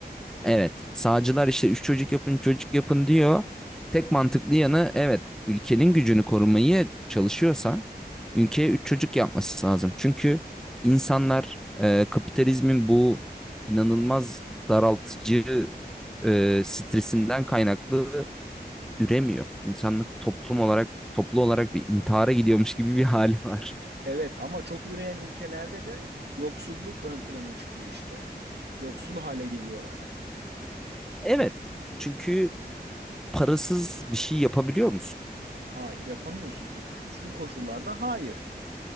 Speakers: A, in the centre; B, on the right.
A: evet. Sağcılar işte üç çocuk yapın çocuk yapın diyor. Tek mantıklı yanı evet ülkenin gücünü korumaya çalışıyorsan ülkeye üç çocuk yapması lazım. Çünkü insanlar e, kapitalizmin bu inanılmaz daraltıcı e, stresinden kaynaklı üremiyor. İnsanlık toplum olarak toplu olarak bir intihara gidiyormuş gibi bir hali var.
B: Evet ama çok üreyen ülkelerde de yoksulluk ön plana çıkıyor işte. Yoksul hale geliyorlar.
A: Evet. Çünkü parasız bir şey yapabiliyor musun?
B: Hayır yapamıyorsun çünkü şu koşullarda hayır.